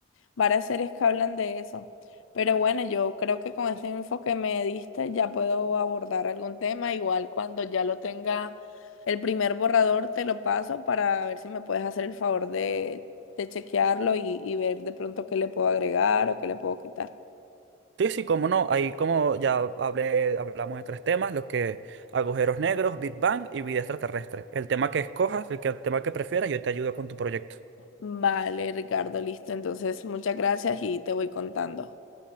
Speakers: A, on the left; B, on the right.
A: varias series que hablan de eso, pero bueno, yo creo que con este info que me diste ya puedo abordar algún tema, igual cuando ya lo tenga el primer borrador te lo paso para ver si me puedes hacer el favor de, de chequearlo y, y ver de pronto qué le puedo agregar o qué le puedo quitar.
B: Sí, sí, cómo no. Ahí como ya hablé, hablamos de tres temas, los que agujeros negros, Big Bang y vida extraterrestre. El tema que escojas, el, que- el tema que prefieras, yo te ayudo con tu proyecto.
A: Vale, Ricardo, listo. Entonces, muchas gracias y te voy contando.